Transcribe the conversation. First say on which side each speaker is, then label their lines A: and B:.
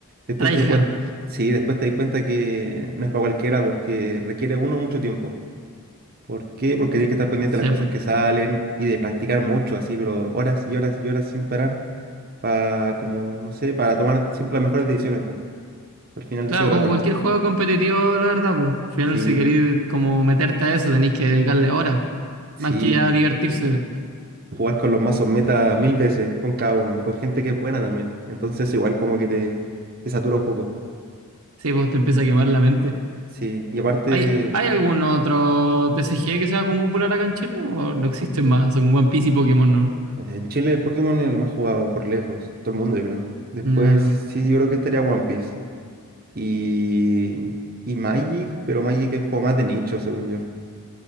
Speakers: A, on the right; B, on the right.
A: después
B: Tryhard.
A: te di cuenta, sí, después te di cuenta que no es para cualquiera porque requiere uno mucho tiempo. ¿Por qué? Porque tienes que estar pendiente
B: Sí,
A: de las cosas que salen y de practicar mucho, así, pero horas y horas y horas sin parar, para, como, no sé, para tomar siempre las mejores decisiones, pues. Al final
B: Claro,
A: de eso trata.
B: como cualquier juego competitivo, la verdad, pues. Al final,
A: Sí,
B: si queréis como meterte a eso, tenéis que dedicarle horas,
A: sí,
B: más que ya divertirse.
A: jugar con los mazos meta mil veces, con cada uno, y con gente que es buena también. Entonces, igual como que te, te satura un poco.
B: Sí, pues te empieza a quemar la mente.
A: Sí, y aparte,
B: ¿Hay, hay algún otro TCG que sea como popular acá en Chile? ¿O no existen más? Son One Piece y Pokémon, ¿no?
A: en Chile Pokémon es el más jugado por lejos, todo el mundo, yo creo. Después,
B: No.
A: sí, yo creo que estaría One Piece. Y, y Magic, pero Magic es como más de nicho, según yo.